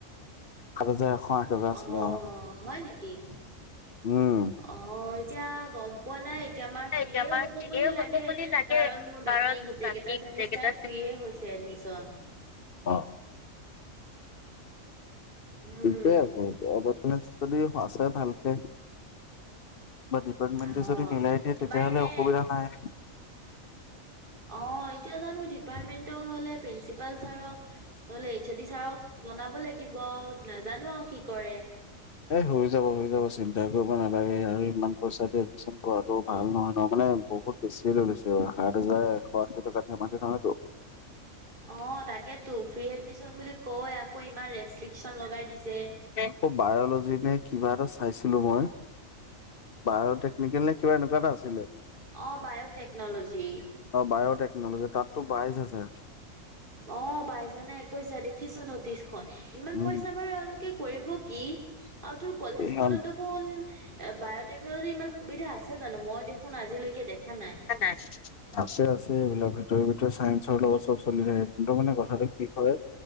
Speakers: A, on the left; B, on the right.
A: সাত হাজাৰ এশ আশী টকা আছিলে
B: অঁ
A: অ
B: হয় নেকি।
A: উম
B: অঁ এতিয়া গম- পোৱা নাই এতিয়া আমাৰ ফ্ৰীয়ে
A: এতিয়া আমাক
B: হ'ব
A: দিয়ে
B: বুলি
A: হ'ব
B: লাগে
A: বুলি লাগে
B: কাৰণ মোৰ
A: কাৰণ
B: বাকী গোটেই
A: বাকী
B: গেটা চেমিছ-
A: গোটেই কেইটা
B: তাৰ ফ্ৰীয়ে হৈছে এডমিশন।
A: অঁ।
B: উম,
A: ঠিকে আছে অবদনেছ যদি আছে ভালকে। বা ডিপাৰ্টমেন্টে
B: অ',
A: যদি মিলাই দিয়ে
B: তোমাৰ
A: তেতিয়াহ'লে
B: এনে
A: অসুবিধা নাই।
B: অঁ এতিয়া জানো ডিপাৰ্টমেন্ট হলে প্ৰিন্সিপাল ছাৰক- নহ'লে এইচ অদি ছাৰক জনাব লাগিব আৰু নাজানো আৰু কি কৰে।
A: এ হৈ যাব হৈ যাব চিন্তা কৰিব নালাগে আৰু ইমান পইচা দি এডমিছন কৰ- ত ভাল নহয় নহ মানে বহুত বেছি লৈ লৈছে সাত হাজাৰ এশ আশী টকা ধেমালি নহয়তো।
B: অঁ তাকেতো ফ্ৰী এডমিশন বুলি কয় আকৌ ইমান ৰেষ্ট্ৰিকচন লগাই দিছে।
A: আক বায়লজি নে কিবা এটা চাইছিলো মই বায়টেকনিকেল নে- কিবা এনেকুৱা ঐটা আছিলে।
B: অঁ বায়টেকনলজি।
A: অঁ বায়টেকনলজি তাতো বাইচ আছে।
B: অঁ বাইছজানে একৈছজা দেখিছো নতিশখন ইমান
A: উম
B: পইচা বাৰু এওঁলোক- কে কৰিব কি আৰু তোৰ কলেজখনতো-
A: সিহঁত
B: খোন বায়'টেকনলজিৰ ইমান সুবিধা আছে জানো মই দেখোন আজিলৈকে দেখা নাই।
A: নাই। আছে আছে এইবিলাক ভিতৰে ভিতৰে চাইন্সৰ লগত চব চলি থাকে কিন্তু মানে কথাটো কি হল-